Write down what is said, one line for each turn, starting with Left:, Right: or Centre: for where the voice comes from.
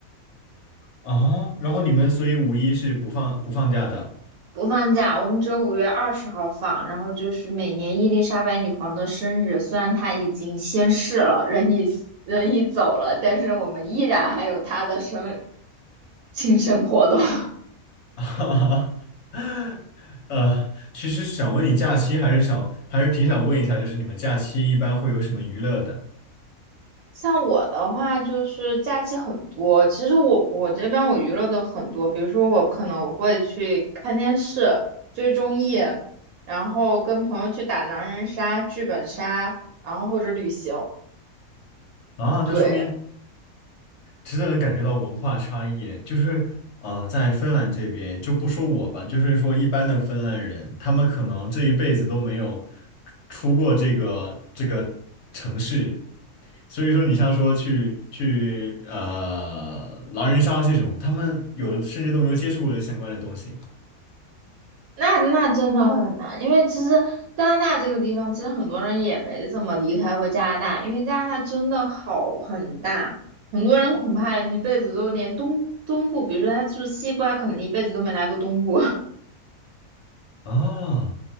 Left: 啊，然后你们所以五一是不放不放假的？
Right: <laughs>，不放假，我们只有五月二十号放。然后就是每年伊丽莎白女皇的生日，虽然她已经仙逝了，人已人已走了，但是我们依然还有她的生庆生活动。<laughs>
Left: <laughs> 哈哈，呃，其实想问你假期，还是想还是挺想问一下，就是你们假期一般会有什么娱乐的？
Right: 像我的话，就是假期很多。其实我我这边我娱乐的很多，比如说我可能会去看电视、追综艺，然后跟朋友去打狼人杀、剧本杀，然后或者旅行。
Left: 啊，那说明
Right: 对，
Left: 真的能感觉到文化差异，就是呃，在芬兰这边就不说我吧，就是说一般的芬兰人，他们可能这一辈子都没有出过这个这个城市，所以说你像说去去呃狼人杀这种，他们有的甚至都没有接触过这相关的东西
Right: 那那真的很难，因为其实加拿大这个地方，其实很多人也没怎么离开过加拿大，因为加拿大真的好很大，很多人恐怕一辈子都连东东部，比如说他住西部，他可能一辈子都没来过东部。
Left: 啊，